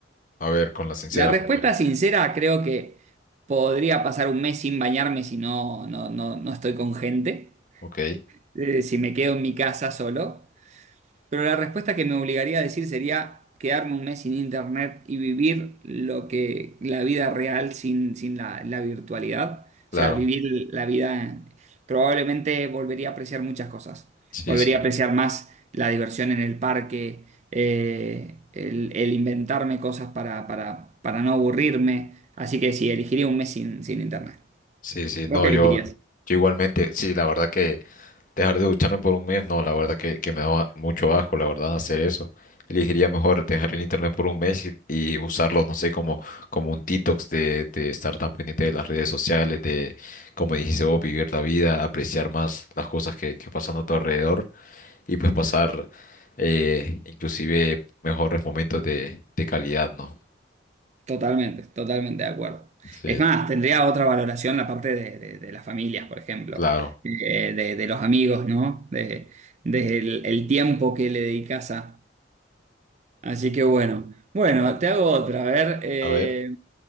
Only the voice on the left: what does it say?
A ver, con la sincera
primero.
Ok,
claro.
Sí,
sí,
sí, sí,
no,
yo, yo igualmente, sí, la verdad que dejar de ducharme por un mes, no, la verdad que, que me da mucho asco, la verdad, hacer eso. Elegiría mejor dejar el internet por un mes y, y usarlo, no sé, como, como un detox de, de estar tan pendiente de las redes sociales, de, como dijiste vos, vivir la vida, apreciar más las cosas que, que pasan a tu alrededor y pues pasar eh, inclusive mejores momentos de, de calidad, ¿no?
Sí,
claro.
A ver.